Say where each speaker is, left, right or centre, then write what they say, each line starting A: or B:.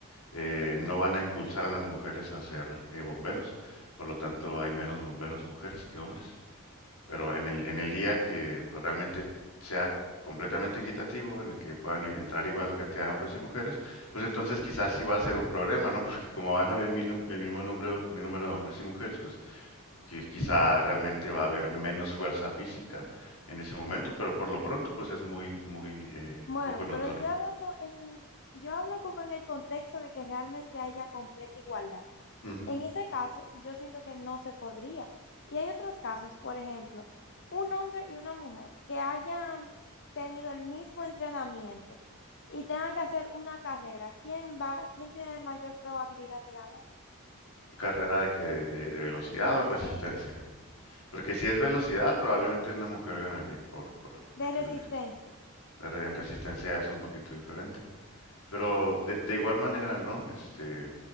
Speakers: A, on the left; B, on the left.
A: eh, no van a impulsar a las mujeres a ser eh, bomberos. Por lo tanto, hay menos bomberos mujeres que hombres. Pero en el, en el día que pues, realmente sea completamente equitativo, en el que puedan i- entrar igual cantidad de hombres y mujeres, pues entonces quizás sí va a ser un problema, ¿no? <laughs> Porque como van a haber mi nu- el mismo número, mi número de hombres y mujeres, pues qui- quizá realmente va a haber menos fuerza física en ese momento,
B: Es,
A: pero por lo pronto pues es muy, muy eh,
B: bueno,
A: poco notorio.
B: pero estoy hablando en, yo hablo como en el contexto de que realmente haya completa igualdad.
A: Ujú.
B: En ese caso, yo siento que no se podría. Y hay otros casos, por ejemplo, un hombre y una mujer que hayan tenido el mismo entrenamiento y tengan que hacer una carrera, ¿quién va, quién tiene la mayor probabilidad de ganar?
A: Carrera de que de, de- de velocidad
B: bueno,
A: o resistencia.
B: de,
A: Porque si es velocidad, probablemente una mujer ganaría, por, por- porque
B: de resistencia.
A: el- la re- en resistencia es un poquito diferente. Pero de, de igual manera, ¿no? Este,